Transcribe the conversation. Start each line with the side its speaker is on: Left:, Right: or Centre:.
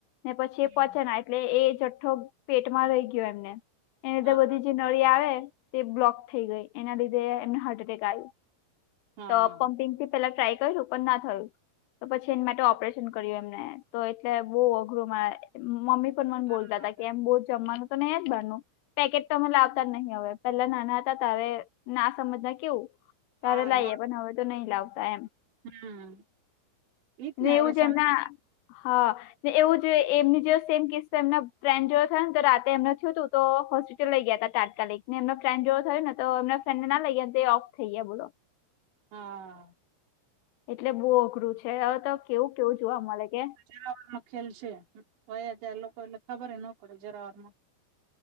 Left: ને પછી
Right: હમ
Left: એ પચેના એટલે એ જઠ્ઠો પેટમાં રહી ગયો એમને એની લીધે
Right: હા
Left: બધી જે નળ નળી આવે તે બ્લોક થઈ ગઈ એના લીધે એમને હાર્ટ એટેક આયુ.
Right: હા
Left: તો પમ્પિંગથી પેલા ટ્રાય કર્યું પન ના થયું તો પછી એની માટે ઓપરેશન કર્યું એમને તો એટલે બહુ અઘરું મારા મમ્મી પણ મને
Right: હા
Left: બોલતા તા કે એમ બહુ જમવાનું તો નહીં જ બારનું. પેકેટ તો અમે લાવતા જ નહી હવે પેલા નાના હતા તારે ના સમજને કેવું તારે
Right: હા
Left: લાઈએ
Right: ના
Left: પણ હવે તો નહી લાવતા એમ.
Right: હમ એજ
Left: ને
Right: હવે
Left: એવું જ
Right: સાંજે
Left: એમના હહ ને એવું જો એમની જેવો સેમ કિસ્સો એમના ફ્રેન્ડ જોડે થયોન તો રાતે એમને થયું તું. તો હોસ્પિટલ લઈ ગયાતા તાત્કાલિક ને એમનો ફ્રેન્ડ જોડે થયું ને તો એમના ફ્રેન્ડને ના લઈ ગયા અને તે ઓફ થઈ ગયા બોલો
Right: હા
Left: એટલે બહુ અઘરું છે હવે તો કેવું કેવું જોવા મલે કે
Right: જરા વારનો ખેલ છે હવે અત્યારે લોકોને ખબરે ન પડે જરાવારમાં.